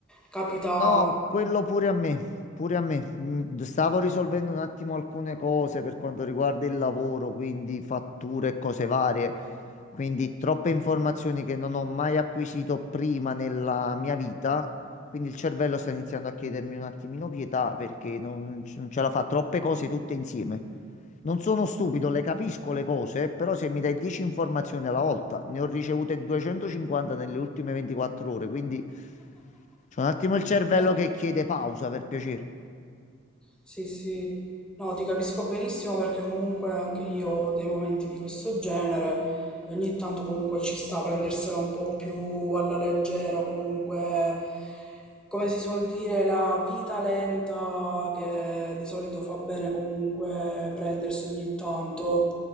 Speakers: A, in the centre; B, on the left.
A: capita...
B: No, quello pure a me, pure a me. Mm, Stavo risolvendo un attimo alcune cose per quanto riguarda il lavoro, quindi fatture e cose varie. Quindi troppe informazioni che non ho mai acquisito prima nella mia vita. Quindi il cervello sta iniziando a chiedermi un attimino pietà perché non, c- non ce la fa troppe cose tutte insieme. Non sono stupido, le capisco le cose, però se mi dai 10 informazioni alla volta, ne ho ricevute 250 nelle ultime 24 ore, quindi... C'è un attimo il cervello
A: <laughs>
B: che chiede pausa per piacere.
A: Sì, sì, no, ti capisco benissimo perché comunque anche io ho dei momenti di questo genere e ogni tanto comunque ci sta a prendersela un po' più alla leggera, comunque come si suol dire la vita lenta che di solito fa bene comunque prendersi ogni tanto,